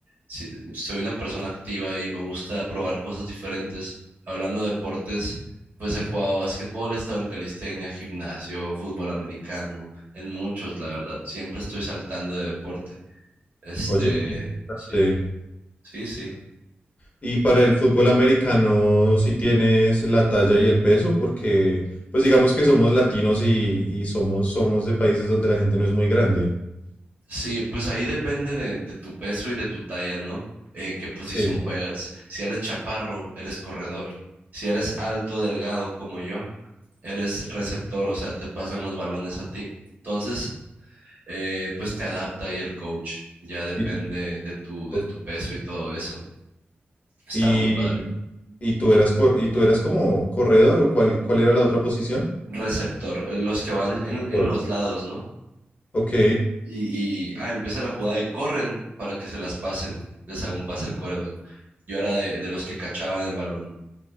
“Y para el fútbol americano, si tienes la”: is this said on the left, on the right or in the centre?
Left